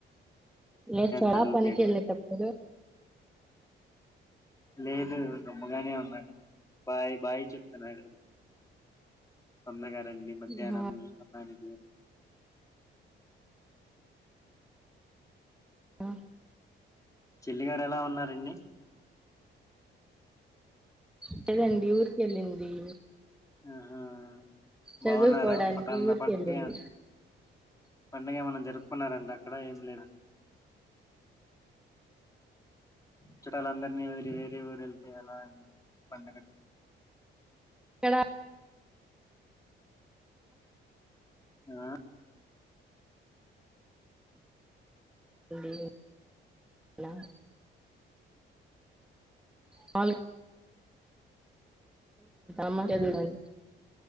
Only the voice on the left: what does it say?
తలుపాడు
లేదు గమ్ముగానే ఉన్నాడు బాయ్ బాయ్ చెప్తున్నాడు. తొందరగా రండి మధ్యానం
అన్నాని
చెల్లి గారెలా ఉన్నార్ రండి
ఊహు
బాగున్నారా <unintelligible>
ఏం అన్న జరుపుకున్నారంట అక్కడ ఏం లే చుట్టాలందరినీ వదిలి వేరే ఊరు వెళ్తే ఎలా అండి పండగ.
ఆ